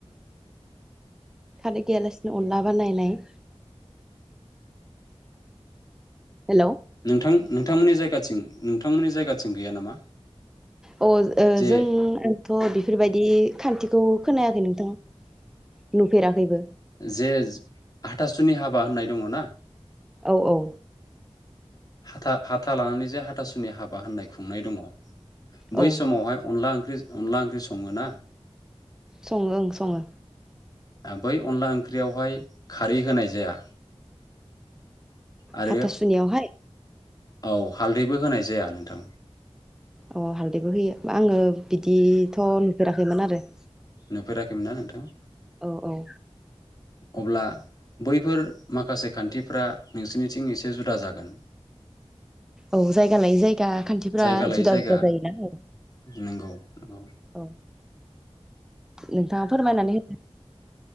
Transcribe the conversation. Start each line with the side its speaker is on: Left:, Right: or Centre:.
Centre: खारै गैयालासिनो अनला बानायनाय हेलौ
Left: नोंथां नोंथांमोननि जायगाथिं नोंथांमोननि जायगाथिं गैया नामा?
Centre: अ ओ
Left: जे
Centre: जों आंथ' बेफोरबायदि खान्थिखौ खोनायाखै नोंथां फेराखैबो।
Left: जे हाथासुनि हाबा होननाय दङ ना?
Centre: औ औ
Left: हाथा-हाथा लानानै जे हाथासुनि हाबा होननाय खुंनाय दङ
Centre: औ
Left: बै समावहाय अनला ओंख्रि ओंख्रि अनला ओंख्रि सङो ना
Centre: सङो ओं सङो।
Left: बै अनला ओंख्रियावहाय खारै होनाय जाया आरो
Centre: हाथासुनियावहाय?
Left: औ हालदैबो होनाय जाया नोंथां।
Centre: अ हालदैबो होयो आङो बिदिथ' नुफेराखैमोन आरो।
Left: नुफेराखैमोन ना नोंथां?
Centre: औ औ
Left: अब्ला बैफोर माखासे खान्थिफ्रा नोंसोरनिथिं एसे जुदा जागोन?
Centre: औ जायगा लायै जायगा खान्थिफोरा
Left: जायगा लायै
Centre: जुदा
Left: जायगा
Centre: जुदा जायोना औ।
Left: नंगौ नंगौ
Centre: औ नोंथाङा फोरमायनानै होदो।